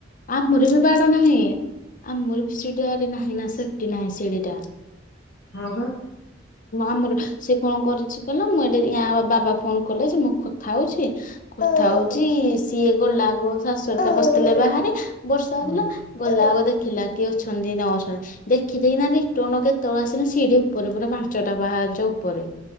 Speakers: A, on the left; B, on the left.
A: ଆମର ବି ବାଡ ନାହିଁ । ଆମର ବି ସିଡିରେ ନାହିଁ ନା ସେଫଟି ନାହିଁ। ସିଡିଟା
B: ହଁ ବା
A: ଆମର ସେ କଣ କରିଛି କହିଲ। ମୁଁ ଏଟି ୟା ବାବା ଫୋନ କଲେ ଯେ ମୁଁ କଥା ହଉଛି କଥା ହଉଛି ସିଏ ଗଲା ଆଗ ଶାଶୁ ଆରିକା ବସିଥିଲେ ବାହାରେ, ବର୍ଷା
B: ହଁ
A: ହଉଥିଲା ଗଲା ଆଗ ଦେଖ ଖିଲା କି ଅଛନ୍ତି ନ ଅଛନ୍ତି ଦେଖି ଦେଇକିନା ରିଟନ କେତେବେଳେ ଆସିଲା ସିଡି ଉପରେ ପୁରା ପାଞ୍ଚଟା ପା ହାଚ ଉପରେ